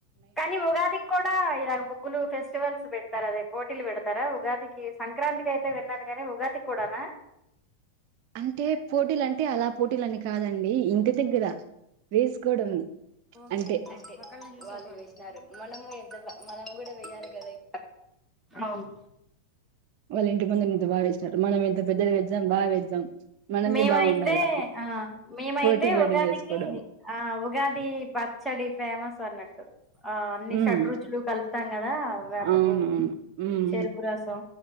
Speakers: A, in the centre; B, on the right.
A: కానీ ఉగాది కి కూడా కూడా ఇలాగ ముగ్గులు ఫెస్టివల్స్ పెడతారు అదే పోటీలు పెడతారా ఉగాదికి సంక్రాంతికి అయితే విన్నాను గానీ ఉగాది కి కూడానా
B: అంటే పోటీలంటే అలా పోటీలని కాదండి ఇంటి దగ్గర వేసుకోవడం
A: ఓకే
B: అంటే
A: ఒకల్ని చూసి ఒకరు వాళ్ళు వేసినారు మనము ఎంత మనం కూడా వెయాలి కదా ఇ అవును
B: వాళ్లింటి ముందురు ఇంత బాగా వేస్నారు మనం ఎంత పెద్దది వేద్దాం బా వేద్దాం మనది
A: మేమైతే
B: బాగుండాల
A: ఆ మేమైతే
B: పోటీ పడి
A: ఉగాదికి
B: వేసుకోవడం
A: ఆ ఉగాది చ్చడి ఫేమస్ అన్నట్టు ఆ అన్ని
B: ఉమ్
A: షడ్రుచులు కలుపుతాం కదా వేపపువ్వు
B: అవునవును ఉమ్
A: చెరుకు రసం